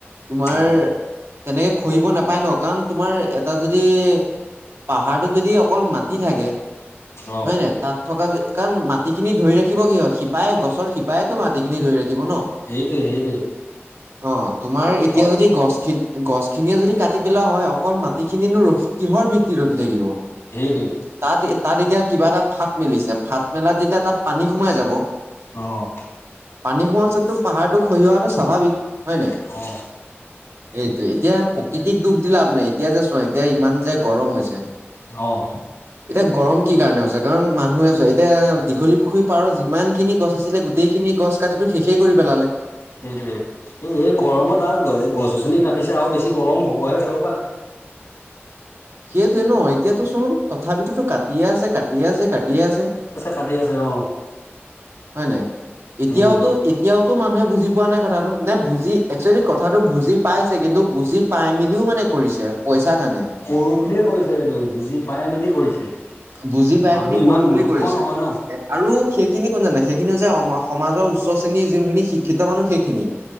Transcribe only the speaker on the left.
অ
অ
সেইটোৱে সেইটোৱে
চব
সেইটোৱে
অহ।
অ।
অহঁ।
সেইটোৱে এই এই গৰমত আৰু গছ গছনি কাটিছে আৰু বেছি গৰম হবহে ৰবা।
কাটি আছে অ
উম
কৰোঁ বুলিয়ে কৰিছে এইটো বুজি পাই মেলি কৰিছে।
মানুহ
ইমান
মূৰ্খ
নহয় ন